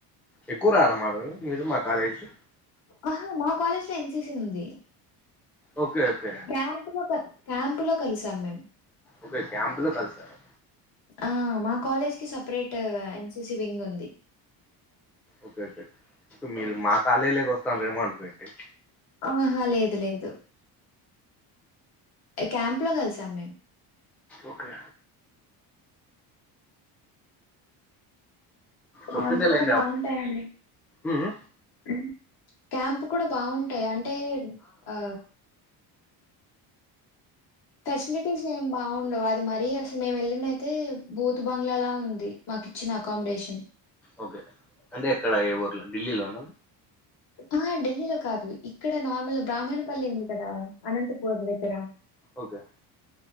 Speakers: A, in the centre; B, on the left.
A: ఎక్కువ రారా మారు మీరు మా కాలేజ్కి
B: అహా మా కాలేజ్ల ఎన్సిసి ఉంది
A: ఓకే ఓకే
B: క్యాంపులో క క్యాంపులో కలిసాం మేం
A: ఓకే క్యాంప్లో కలిసారా
B: ఆ మా కాలేజ్కి సపరేట్ ఎన్సిసి వింగ్ ఉంది
A: ఓకే ఓకే ఇక మీరు మా కాలేజీలకి వస్తార్రెమో అనుకోనుంటి
B: ఆహా లేదు లేదు క్యాంప్ లో కలిసాం మేం
A: ఓకే
B: క్యాంప్
A: చెప్పిండే
B: కూడ
A: లేండి
B: బాగుంటాయండి
A: అప్- మ్మ్
B: ఉం క్యాంప్ కూడ బాగుంటయి అంటే ఆ ఫెసిలిటీస్ ఏం బాగుండవు అది మరీ అసలు మేము వెళ్ళిందయితే బూత్ బంగ్లాలా ఉంది మాకిచ్చిన అకామడేషన్
A: ఓకే అంటే ఎక్కడ ఏ ఊర్లో ఢిల్లీలోనా
B: అహా ఢిల్లీలో కాదు ఇక్కడ నార్మల్గ బ్రాహ్మణపల్లి ఉంది కదా అనంతపురం దగ్గర
A: ఓకే